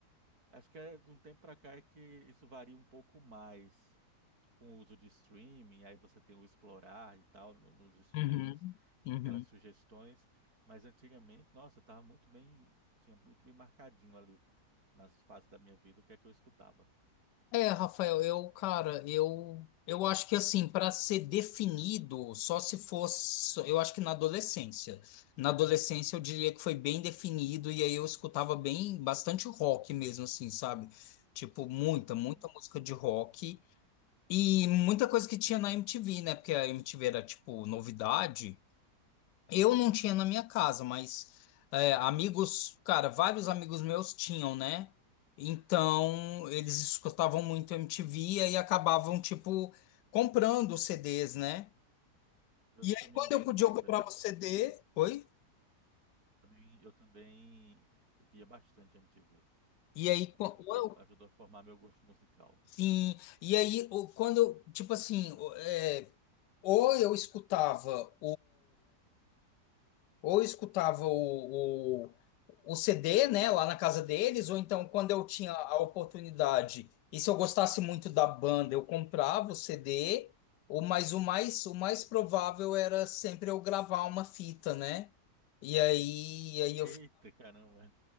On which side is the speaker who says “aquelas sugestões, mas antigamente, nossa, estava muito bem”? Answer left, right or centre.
Right